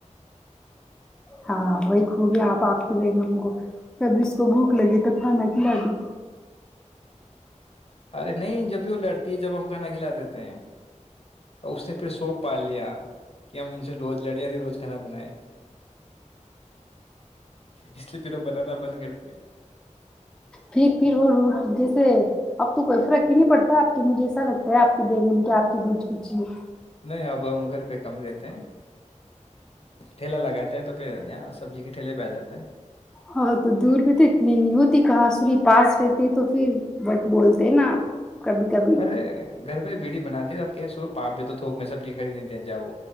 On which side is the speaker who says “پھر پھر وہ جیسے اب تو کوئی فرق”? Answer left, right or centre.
Centre